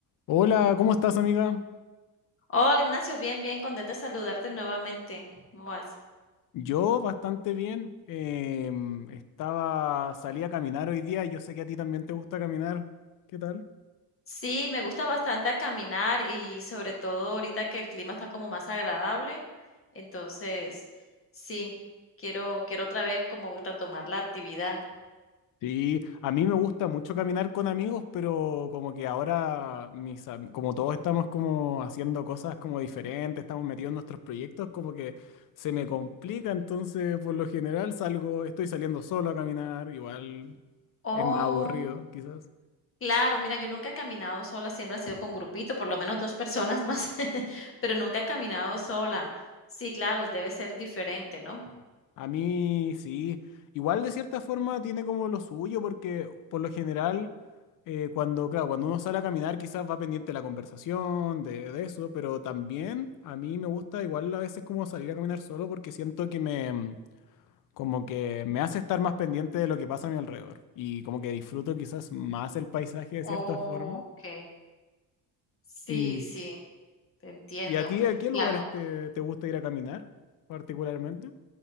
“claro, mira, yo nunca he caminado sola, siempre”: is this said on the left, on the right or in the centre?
Left